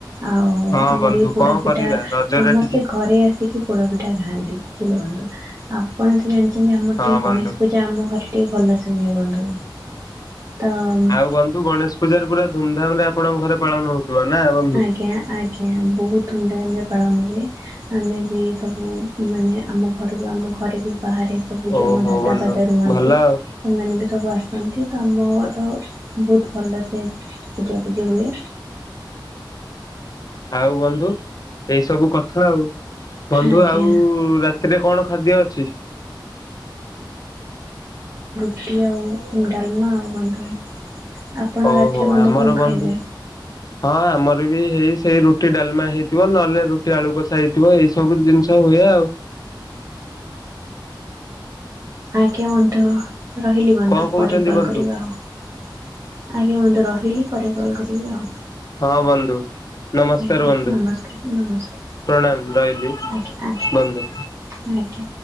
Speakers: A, on the right; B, on the left.
A: ଆଉ
B: ହଁ
A: ଆମର
B: ବନ୍ଧୁ
A: ବି ପୋଡ଼ାପିଠା
B: କଣ କରିବା ରଜରେ
A: ସମସ୍ତେ
B: ଟିକେ
A: ଘରେ ଆସିକି ପୋଡ଼ପିଠା ଖାଆନ୍ତି <unintelligible> ଆପଣ ତ ଜାଣି ଆମର
B: ହଁ
A: ଟିକେ ଗଣେଶ
B: ବନ୍ଧୁ
A: ପୂଜା ଆମ ଘରେ ଟିକେ ଭଲ ସେ ଧନ୍ୟବାଦ୍ ବନ୍ଧୁ। ତ
B: ଆଉ ବନ୍ଧୁ ଗଣେଶ ପୂଜାରେ ପୁରା ଧୁମଧାମ ରେ ଆପଣଙ୍କ ଘରେ ପାଳନ ହଉଥିବ ନା ବନ୍ଧୁ।
A: ଆଜ୍ଞା ଆଜ୍ଞା ବହୁତ ଧୁମଧାମ ରେ ପାଳନୁ- ଆମେ ବି ସବୁ ମାନେ ଆମ ଘରକୁ ଆମ ଘରେ ବି- ବାହାରେ ସବୁ ଯୋଉ
B: ଓହୋ
A: ମୋ ଦାଦା
B: ବନ୍ଧୁ
A: ଫାଦା ରୁହନ୍ତି
B: ଭଲ ଆଉ
A: ସେମାନେ ବି ସବୁ ଆସ- ଆସନ୍ତି ତ ଆମ ଘର ବହୁତ ଭଲ ସେ ପୂଜାପୂଜି ହୁଏ।
B: ଆଉ ବନ୍ଧୁ ଏଇ ସବୁ କଥା ଆଉ। ବନ୍ଧୁ
A: ଆଜ୍ଞା।
B: ଆଉ ରାତିରେ କଣ ଖାଦ୍ୟ ଅଛି।
A: ଟି ଆଉ ଡାଲମା ଆଉ ବନ୍ଧୁ ଆପଣ
B: ଓହୋ
A: ରାତିରେ ବନ୍ଧୁ
B: ଆମର
A: କଣ
B: ବନ୍ଧୁ
A: ଖାଇବେ?
B: ହଁ। ଆମର ବି ହେଇ ସେଇ ରୁଟି ଡାଲମା ହେଇଥିବ ନହେଲେ ରୁଟି ଆଳୁ କଷା ହେଇଥିବ ଏଇ ସବୁ ଜିନିଷ ହୁଏ ଆଉ
A: ଆଜ୍ଞା ବନ୍ଧୁ ରହିଲି ବନ୍ଧୁ
B: କଣ କହୁଛନ୍ତି
A: ପରେ କଲ୍
B: ବନ୍ଧୁ
A: କରିବା ଆଉ ଆଜ୍ଞା ବନ୍ଧୁ ରହିଲି। ପରେ କଲ କରିବି ଆଉ।
B: ହଁ ବନ୍ଧୁ ନମସ୍କାର
A: ଆଜ୍ଞା
B: ବନ୍ଧୁ
A: ନମସ୍କାର ନମସ୍କାର
B: ପ୍ରଣାମ ରହି
A: ଆଜ୍ଞା ଆଜ୍ଞା
B: ବନ୍ଧୁ।
A: ଆଜ୍ଞା।